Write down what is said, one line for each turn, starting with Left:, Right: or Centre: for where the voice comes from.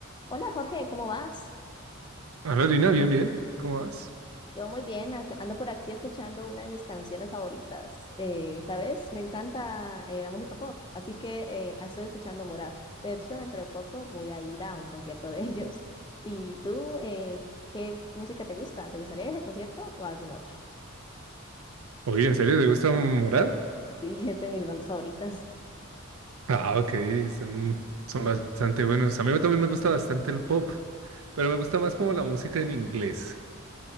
Left: Hola Jorge, ¿cómo vas?
Right: Hola Lina, bien, bien. ¿Cómo vas?
Left: Yo muy bien, ac- ando por aquí escuchando una de mis canciones favoritas. Eh, ¿sabes? Me encanta eh, la música pop, así que eh, estoy escuchando Morat. De hecho, dentro de poco voy a ir a un concierto de <laughs> ellos. ¿Y tú, eh, qué música te gusta? ¿Te gustaría ir a ese concierto o a algún otro?
Right: Oye, ¿en serio te gusta Morat?
Left: Sí, <laughs> es de mis bandas favoritas.
Right: Ah, ok, son, son bastante buenos. A mí también me gusta bastante el pop, pero me gusta más como la música en inglés.